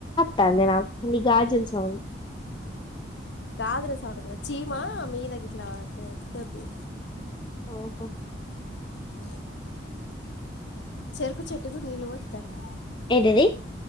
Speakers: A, on the left; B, on the left.
A: తందినకు ని గార్జస్వ
B: గాజుల సౌండ్ కాదు చీమా మీద గిట్లా పడ్డది తబి.
A: ఓహో
B: ఆ చెరుకు చెట్గు నిళ్లు పోద్తన్నా
A: ఏంటది